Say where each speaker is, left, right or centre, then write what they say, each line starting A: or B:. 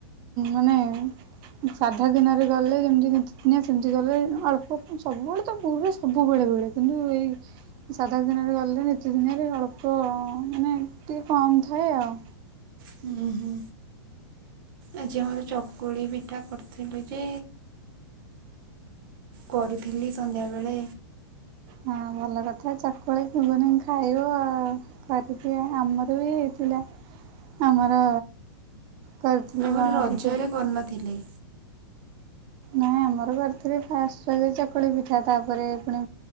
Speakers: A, on the right; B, on the right.
A: ମାନେ ସାଧା ଦିନରେ ଗଲେ ଯେମିତି ନିତିଦିନିଆ ସେମିତି ଗଲେ ଅଳ୍ପ ସବୁବେଳେ ତ ପୁରୀରେ ସବୁବେଳେ ବେଳେ କିନ୍ତୁ ଏଇ ସାଧା ଦିନରେ ଗଲେ ନିତିଦିନିଆରେ ଅଳ୍ପ ମାନେ ଟିକେ କମ୍ ଥାଏ ଆଉ।
B: ହୁଁ ହୁଁ ଆଜି ଆମର ଚକୁଳି ପିଠା କରୁଥିଲୁ ଯେ କରୁଥିଲି ସନ୍ଧ୍ୟା ବେଳେ
A: ହଁ ଭଲ କଥା ଚକୁଳି <unintelligible> ଖାଇବ ଆଉ କରିଥିବା ଆମର ବି ହେଇଥିଲା ଆମର। କରିଥିଲି
B: ଆମର
A: କଣ
B: ରଜରେ
A: ପୂଜା
B: କରି ନଥିଲେ।
A: ନାଇଁ ଆମର ରଜ ରେ ଫାଷ୍ଟ। ଏଇ ଚକୁଳି ପିଠା ତାପରେ ପୁଣି